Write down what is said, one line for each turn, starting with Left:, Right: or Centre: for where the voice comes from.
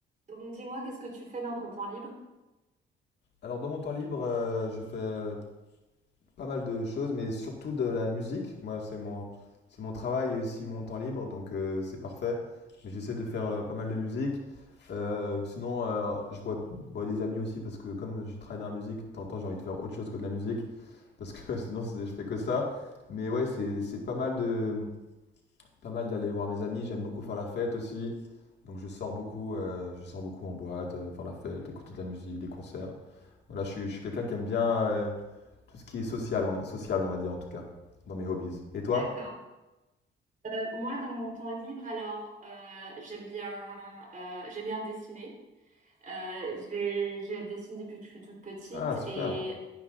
Right: Donc dis-moi, qu'est-ce que tu fais dans ton temps libre?
Left: Alors dans mon temps libre, euh, je fais euh, pas mal de choses, mais surtout de la musique. Moi, c'est mon, c'est mon travail et aussi mon temps libre, donc euh, c'est parfait. Mais j'essaie de faire euh, pas mal de musique. Euh, sinon, euh, je vois, vois des amis aussi parce que comme je travaille dans la musique, de temps en temps, j'ai envie de faire autre chose que de la musique parce que <laughs> sinon, c'est- je fais que ça. Mais ouais, c'est, c'est pas mal de, pas mal d'aller voir mes amis. J'aime beaucoup faire la fête aussi, donc je sors beaucoup, euh, je sors beaucoup en boîte, euh, faire la fête, écouter de la musique, des concerts. Voilà, je suis, je suis quelqu'un qui aime bien. euh, tout ce qui est social, on, social, on va dire en tout cas, dans mes hobbies. Et toi?
Right: D'accord. Euh, moi, dans mon temps libre, alors euh, j'aime bien, euh, j'aime bien dessiner. Euh, j'ai- je dessine depuis que je suis toute petite
Left: Ah, super.
Right: et